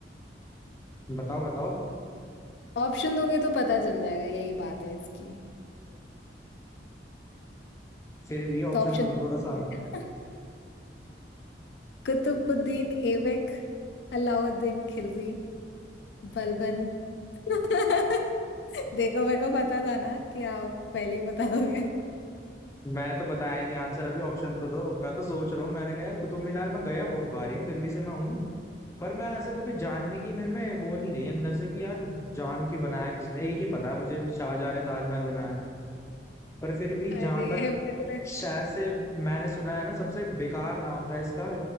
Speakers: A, on the left; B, on the left.
A: बताओ बताओ
B: ऑप्शन दूंगी तो पता चल जाएगा यही बात है इसकी
A: फिर भी ऑप्शन
B: तो ऑप्शन
A: तो दो थोड़ा सा
B: <laughs>
A: <laughs>
B: कुतुबुद्दीन ऐबक अलाउद्दीन खिलजी बलबन <laughs> देखो मेरे को पता था ना कि आप पहले ही बता दोगे
A: मैंने तो बताया ही नहीं आंसर अभी ऑप्शन तो दो मैं तो सोच रहा हूँ मैंने कहा यार कुतुब मीनार मैं गया बहुत बार ही हूँ दिल्ली से मैं हूँ पर मैं ऐसा कभी जानने की मेरे में वो नहीं रही अंदर से कि यार जानू की बनाया किसने एक ही पता है मुझे शाहजहां ने ताजमहल बनाया है। पर फिर भी
B: अरे
A: जहां तक
B: मेरे
A: शायद से मैंने सुना है ना सबसे बेकार नाम था इसका